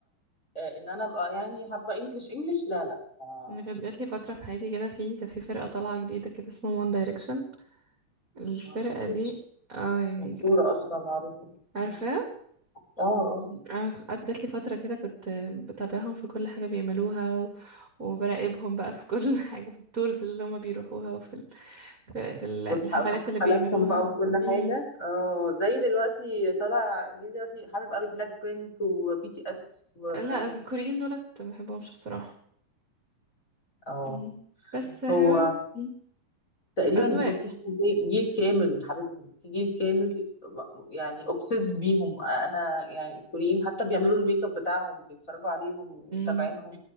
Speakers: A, on the left; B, on the right.
A: آه، ان انا ابقى يعني حابه انجلش انجلش لا لا آه،
B: انا كانت جات لي فترة في حياتي كده في كانت في فرقة طالعة جديدة كده اسمها وان دايركشن الفرقة
A: وان دايركشن
B: دي اه يعني
A: مشهوره اصلا معروفه
B: عارفاها
A: مم. اه اه
B: أنا قعدت جات لي فترة كده كنت بتابعهم في كل حاجة بيعملوها و- وبراقبهم بقى في كل <laughs> حاجة في التورز اللي هما بيروحوها وفي ال... في في ال-
A: والح-
B: في الحفلات
A: وحفلاتهم
B: اللي بيعملوها
A: بقى وكل
B: امم
A: حاجه اه زي دلوقتي طالع جيل دلوقتي حابب قوي بلاك بينك وبي تي اس و بي
B: لا
A: تي إس
B: الكوريين
A: و-
B: دولت ما بحبهمش بصراحة
A: اه
B: مم. بس هل
A: هو
B: مم.
A: تقريبا
B: أذواق
A: بصي في جيل جيل كامل حبيبهم في جيل كامل يعني obsessed بيهم انا يعني الكوريين حتى بيعملوا الميك اب بتاعهم بيتفرجوا عليهم
B: مم.
A: متابعينهم